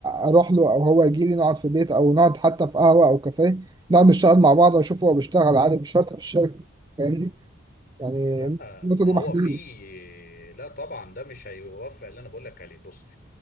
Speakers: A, on the right; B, on the left.
A: اروح له او هو يجي لي نقعد في بيت او نقعد حتى في قهوه او كافيه نقعد نشتغل مع بعض واشوف هو بيشتغل عادي مش شرط في الشركه فاهمني يعني
B: لا
A: النقطه
B: ما
A: دي
B: هو
A: محلوله
B: في لا طبعا ده مش هيوفق اللي انا بقول لك عليه بص